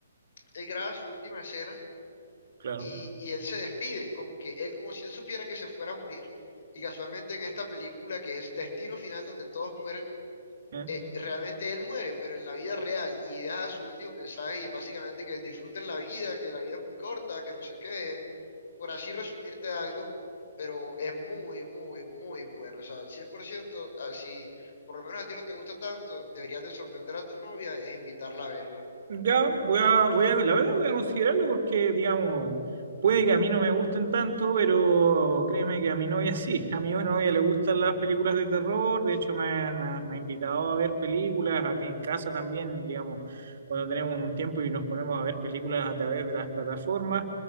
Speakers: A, on the left; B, on the right.
A: él graba su última escena
B: claro.
A: y, y él se despide, como que él como si él supiera que se fuera a morir. Y casualmente en esta película que es Destino Final, donde todos mueren,
B: ¿Eh?
A: eh, realmente él muere, pero en la vida real y deja su último mensaje y es básicamente que disfruten la vida, que la vida es muy corta, que no sé qué, por así resumirte algo, pero es muy, muy, muy bueno. O sea, 100%, ah, si por lo menos a ti no te gusta tanto, deberías de sorprender a tu novia e invitarla a verla.
B: Ya, voy a, voy a, la verdad voy a considerarlo porque, digamos, puede que a mí no me gusten tanto, pero créeme que a mi novia sí, a mi novia le gustan las películas de terror, de hecho me, ha me ha- me ha invitado a ver películas, aquí en casa también, digamos, cuando tenemos un tiempo y nos ponemos a ver películas a través de las plataformas,